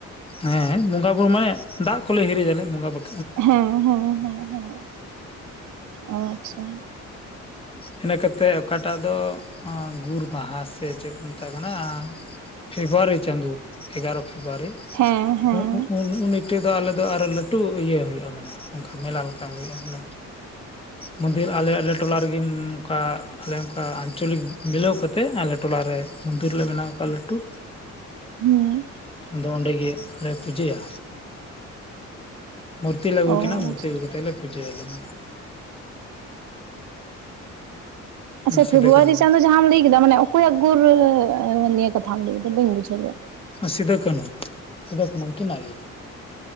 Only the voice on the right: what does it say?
ᱦᱮᱸ ᱦᱮᱸ ᱦᱮᱸ ᱦᱮᱸ ᱚ ᱟᱪᱪᱷᱟ᱾
ᱦᱮᱸ ᱦᱮᱸ
ᱦᱮᱸ᱾
ᱚ
ᱟᱪᱪᱷᱟ
ᱟᱪᱪᱷᱟ
ᱯᱷᱮᱵᱨᱩᱣᱟᱨᱤ
ᱪᱟᱸᱫᱚ ᱡᱟᱦᱟᱸᱢ ᱞᱟᱹᱭ ᱠᱮᱫᱟ ᱢᱟᱱᱮ ᱚᱠᱚᱭ ᱜᱩᱨᱨᱟᱹ ᱱᱤᱭᱟᱹ ᱠᱟᱛᱷᱟᱢ ᱞᱟᱹᱭᱫᱟ ᱵᱟᱹᱧ ᱵᱩᱡᱷᱟᱹᱣ ᱞᱮ-ᱟ?